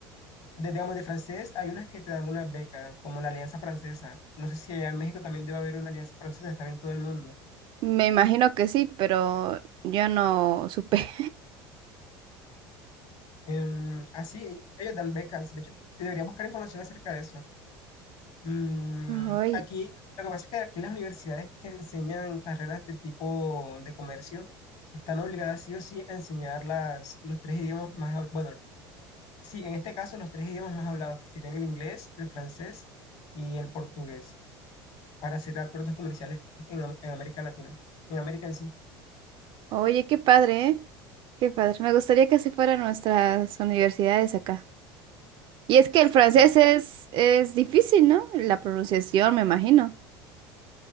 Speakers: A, on the left (about 50°); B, on the right (about 45°).
A: De, digamos, de francés hay unas que te dan unas becas, como la Alianza Francesa. No sé si allá en México también debe haber una Alianza Francesa, están en todo el mundo.
B: Me imagino que sí, pero yo no supe.
A: Em, así, ellos dan becas. De hecho, te, te debería buscar información acerca de eso. Mm,
B: <laughs> Ay,
A: aquí, lo que pasa es que aquí las universidades que enseñan carreras del tipo de comercio están obligadas sí o sí a enseñar las, los tres idiomas más, hab- bueno, sí, en este caso los tres idiomas más hablados, que serían el inglés, el francés y el portugués, para hacer acuerdos comerciales en, Am- en América Latina, en América en sí.
B: Oye, qué padre, ¿eh? Qué padre. Me gustaría que así fueran nuestras universidades acá. Y es que
A: Sí.
B: el francés es, es difícil, ¿no? La pronunciación, me imagino.